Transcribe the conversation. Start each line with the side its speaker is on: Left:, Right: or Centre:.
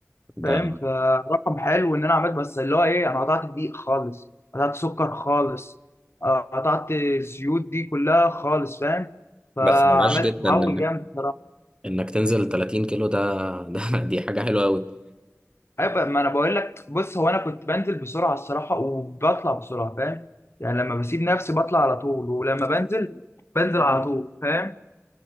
Right: ده
Left: فاهم فرقم حلو ان انا عملت بس اللي هو ايه انا قطعت الدقيق خالص قطعت سكر خالص آه، قطعت الزيوت دي كلها خالص فاهم فعملت
Right: بس ده ماشي جدا
Left: تحول
Right: إن-
Left: جامد
Right: انك تنزل 30 كيلو ده ده <laughs> دي حاجة حلوة قوي
Left: ايوه بقى- ما انا بقول لك بص هو انا كنت بنزل بسرعه الصراحه وبطلع بسرعه فاهم يعني لما بسيب نفسي بطلع على طول ولما بنزل بنزل على طول فاهم